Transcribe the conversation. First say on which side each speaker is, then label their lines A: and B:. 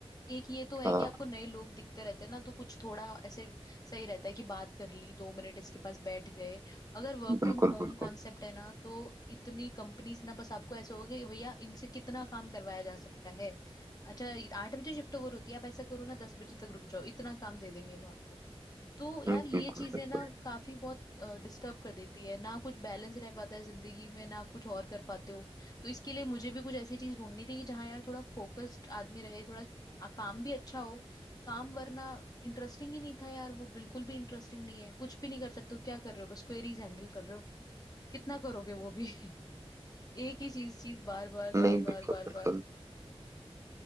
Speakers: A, on the left (about 35°); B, on the right (about 30°).
A: एक ये तो है
B: हाँ
A: कि आपको नए लोग दिखते रहते हैं ना तो कुछ थोड़ा ऐसे सही रहता है कि बात कर ली दो मिनट इसके पास बैठ गए अगर वर्क फ्रॉम
B: बिल्कुल
A: होम
B: बिल्कुल
A: कॉन्सेप्ट है ना तो इतनी कंपनीज ना बस आपको ऐसे होगा कि भैया इनसे कितना काम करवाया जा सकता है अच्छा आठ बजे शिफ्ट ओवर होती है आप ऐसा करो ना दस बजे तक रुक जाओ इतना काम दे देंगे वो आपको तो यार
B: हम्म,
A: ये
B: बिल्कुल
A: चीजें
B: बिल्कुल
A: ना काफी बहुत डिस्टर्ब कर देती है ना कुछ बैलेंस रह पाता है जिंदगी में ना कुछ और कर पाते हो तो इसके लिए मुझे भी कुछ ऐसी चीज ढूंढनी थी कि जहाँ यार थोड़ा फोकस्ड आदमी रहे थोड़ा आ, काम भी अच्छा हो काम वरना इंटरेस्टिंग ही नहीं था यार वो बिल्कुल भी इंटरेस्टिंग नहीं है कुछ भी नहीं कर सकते हो क्या कर रहे हो बस क्वेरीज हैंडल कर रहे हो कितना करोगे वो भी <laughs> एक ही चीज चीज बार बार बार
B: नहीं
A: बार
B: बिल्कुल
A: बार बार
B: बिल्कुल